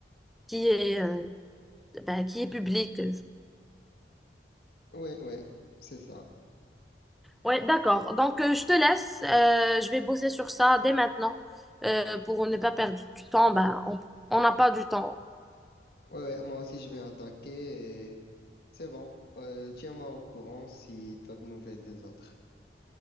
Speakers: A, in the centre; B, on the left (about 60°).
A: qui est, euh, bah, qui est public.
B: Oui, oui, c'est ça.
A: Ouais, d'accord. Donc, euh, je te laisse. Euh, je vais bosser sur ça dès maintenant euh, pour ne pas perdre du temps. Bah, on on n'a pas du temps.
B: Oui, ouais, ouais, moi aussi, je vais attaquer. et C'est bon. Euh, tiens-moi au courant si tu as de nouvelles des autres.